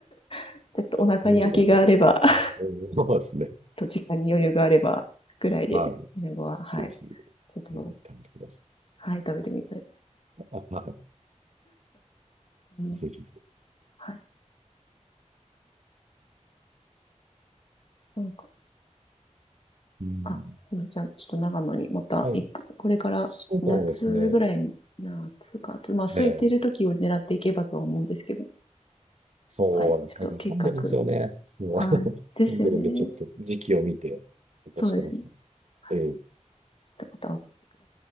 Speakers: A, on the left; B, on the right.
A: あちょっとお腹に空きがあれば、
B: 見るだけで。
A: <laughs>
B: うんそうですね。
A: と時間に余裕があれば、ぐらいで、
B: はい。
A: イナゴは、はい。
B: ぜひ、
A: ちょっと、
B: えー、試してくださ
A: はい、食べてみたい。
B: い。あ、は
A: うん、
B: い。ぜひぜひ。
A: はい。なんか
B: うん。
A: あ、じゃあ、ちょっと長野にまた行く。
B: はい。
A: これから夏ぐらいに、
B: そうですね。
A: 夏か、ちょっとまあ空いてる時を狙っていけばとは思うんですけど。
B: ええ、そうなんですね。
A: はい。ちょっと計画。
B: 最近混んでるんですよね。そう。
A: はい。ですよね。
B: <laughs> 混んでるんで、ちょっと時期を見てお越しください。
A: そうですね。はい。
B: ええ
A: ちょっとまた教えてください。